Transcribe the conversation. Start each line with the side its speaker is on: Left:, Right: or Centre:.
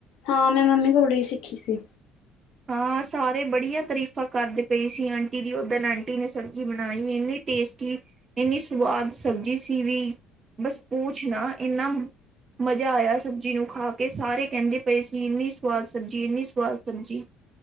Left: ਹਾਂ ਮੈਂ ਮੰਮੀ ਕੋਲ ਹੀ ਸਿੱਖੀ ਸੀ।
Right: ਹਾਂ ਸਾਰੇ ਬੜੀਆਂ ਤਾਰੀਫ਼ਾਂ ਕਰਦੇ ਪਏ ਸੀ ਆਂਟੀ ਦੀ ਓਦਣ ਆਂਟੀ ਨੇ ਸਬਜ਼ੀ ਬਣਾਈ ਇੰਨੀ ਟੇਸਟੀ ਇੰਨੀ ਸਵਾਦ ਸਬਜ਼ੀ ਸੀ ਵੀ ਬਸ ਪੂਛ ਨਾ ਇੰਨਾ ਮਜ਼ਾ ਆਇਆ ਸਬਜ਼ੀ ਨੂੰ ਖਾ ਕੇ ਸਾਰੇ ਕਹਿੰਦੇ ਪਏ ਸੀ ਇੰਨੀ ਸਵਾਦ ਸਬਜ਼ੀ ਇੰਨੀ ਸਵਾਦ ਸਬਜ਼ੀ।